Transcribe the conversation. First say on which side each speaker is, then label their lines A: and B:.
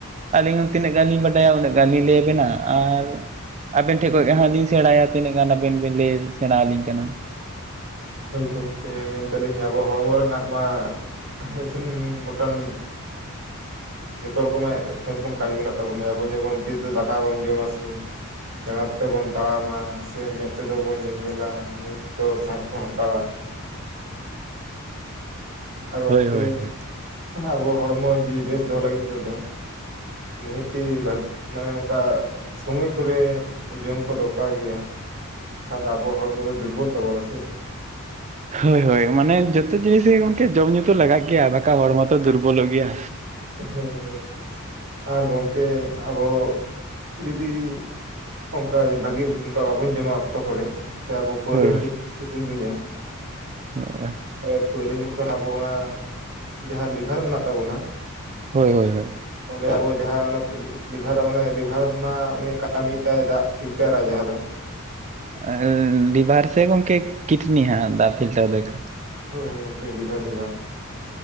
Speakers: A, on the right; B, on the right.
A: ᱟᱞᱤᱧ ᱦᱚᱸ ᱛᱤᱱᱟᱹᱜ ᱜᱟᱱ ᱞᱤᱧ ᱵᱟᱰᱟᱭᱟ ᱩᱱᱟᱹᱜ ᱜᱟᱱ ᱞᱤᱧ ᱞᱟᱹᱭᱟ ᱵᱮᱱᱟ ᱟᱨᱼᱼ ᱟᱵᱮᱱ ᱴᱷᱮᱱ ᱠᱷᱚᱡ ᱜᱮ ᱦᱟᱸᱜ ᱞᱤᱧ ᱥᱮᱬᱟᱭᱟ ᱛᱤᱱᱟᱹᱜ ᱜᱟᱱ ᱟᱵᱮᱱ ᱵᱮᱱ ᱞᱟᱹᱭ ᱥᱮᱬᱟ ᱟᱹᱞᱤᱧ ᱠᱟᱱᱟ᱾
B: ᱦᱳᱭ ᱜᱚᱝᱠᱮ ᱢᱮᱱ ᱫᱟᱹᱞᱤᱧ ᱟᱵᱚ ᱦᱚᱲᱢᱚ ᱨᱮᱱᱟᱜ ᱢᱟ ᱮᱛᱷᱮᱱ ᱜᱚᱴᱟᱱᱼᱼ ᱡᱚᱛᱚ ᱨᱚᱠᱚᱢᱟᱜ ᱮᱛᱷᱮ ᱨᱚᱠᱚᱢ ᱠᱟᱢᱤ ᱢᱮᱱᱟᱜ ᱛᱟᱵᱚᱱ ᱜᱮᱭᱟ ᱟᱵᱚ ᱡᱮᱢᱚᱱ ᱛᱤ ᱛᱮ ᱫᱟᱠᱟ ᱵᱚᱱ ᱡᱚᱢᱟ ᱥᱮᱼᱼ ᱡᱟᱸᱜᱟ ᱛᱮᱫᱚ ᱵᱚᱱ ᱛᱟᱲᱟᱢᱟ ᱥᱮ ᱢᱮᱸᱫ ᱛᱮᱫᱚ ᱵᱚᱱ ᱧᱮᱧᱮᱞᱟ᱾ ᱢᱩ ᱛᱮ ᱛᱚ ᱥᱟᱸᱦᱮᱸᱫ ᱵᱚᱱ ᱦᱟᱛᱟᱣᱟ᱾ ᱟᱨ ᱜᱚᱝᱠᱮ
A: ᱦᱳᱭ ᱦᱳᱭ ᱦᱳᱭ
B: ᱟᱵᱚ ᱦᱚᱲᱢᱚ ᱡᱤᱣᱤ ᱵᱮᱥ ᱫᱚᱦᱚ ᱞᱟᱹᱜᱤᱫ ᱛᱮᱫᱚᱼᱼ ᱱᱤᱦᱟᱹᱛᱤ ᱵᱷᱟᱜᱮ ᱭᱟᱜᱼᱼ ᱢᱟᱱᱮ ᱚᱱᱠᱟ ᱥᱚᱢᱚᱭ ᱠᱚᱨᱮ ᱡᱚᱢ ᱠᱚ ᱫᱚᱨᱠᱟᱨ ᱜᱮᱭᱟ᱾ ᱠᱷᱟᱱ ᱫᱚ ᱟᱵᱚ ᱦᱚᱲᱢᱚ ᱫᱚᱭ ᱫᱩᱨᱵᱚᱞ ᱛᱟᱵᱚᱱᱟ ᱥᱮ᱾
A: ᱦᱳᱭ ᱦᱳᱭ ᱢᱟᱱᱮ ᱡᱚᱛᱚ ᱡᱤᱱᱤᱥ ᱜᱮ ᱜᱚᱝᱠᱮ ᱡᱚᱢᱧᱩ ᱫᱚ ᱞᱟᱜᱟᱜ ᱜᱮᱭᱟ ᱵᱟᱠᱷᱟ ᱦᱚᱲᱢᱚ ᱛᱚ ᱫᱩᱨᱵᱚᱞᱚᱜ ᱜᱮᱭᱟ᱾
B: ᱦᱚᱭ ᱦᱚᱭ ᱟᱨ ᱜᱚᱝᱠᱮ ᱟᱵᱚ ᱡᱩᱫᱤᱼᱼ ᱚᱱᱠᱟ ᱡᱚ ᱵᱷᱟᱜᱤ ᱚᱱᱠᱟ ᱵᱟᱵᱚᱱ ᱡᱚᱢᱟ ᱚᱠᱛᱚ ᱠᱚᱨᱮᱼ ᱥᱮ ᱟᱵᱚ ᱯᱟᱹᱣᱨᱟᱹ
A: ᱦᱳᱭ
B: ᱦᱟᱺᱰᱤ ᱡᱟᱹᱥᱛᱤ ᱵᱩᱱ ᱧᱩᱭᱟᱼᱼ
A: ᱟᱨᱼᱼ
B: ᱮ ᱯᱟᱹᱣᱨᱟᱹ ᱧᱩ ᱞᱮᱠᱷᱟᱱ ᱟᱵᱚ ᱚᱱᱟ ᱡᱟᱦᱟᱸ ᱞᱤᱵᱷᱟᱨ ᱢᱮᱱᱟᱜ ᱛᱟᱵᱚᱱᱟᱼᱼ
A: ᱦᱳᱭ ᱦᱳᱭ ᱦᱳᱭ᱾
B: ᱚᱸᱰᱮ ᱟᱵᱚ ᱡᱟᱦᱟᱸ ᱚᱱᱟ ᱯᱤᱞᱤᱼᱼ ᱞᱤᱵᱷᱟᱨᱟᱜ ᱢᱟᱱᱮ ᱰᱤᱵᱷᱟᱨᱟᱫᱽ ᱢᱟ ᱩᱱᱤᱭᱟᱜ ᱠᱟᱢᱤ ᱛᱟᱭ ᱫᱟᱜ ᱯᱷᱤᱞᱴᱟ ᱨᱟᱭ ᱡᱟᱦᱟᱸ ᱫᱚ᱾
A: ᱟᱸᱨᱻ ᱞᱤᱵᱷᱟᱨ ᱥᱮ ᱜᱚᱝᱠᱮ ᱠᱤᱴᱱᱤ ᱦᱟᱸᱜ ᱫᱟᱜ ᱯᱷᱤᱞᱴᱟᱨ ᱫᱚᱭ‌ ᱠᱟᱢᱼᱼᱼ
B: ᱦᱳᱭ ᱜᱚᱝᱠᱮ‌ ᱞᱤᱵᱷᱟᱨ ᱞᱤᱵᱷᱟᱨ᱾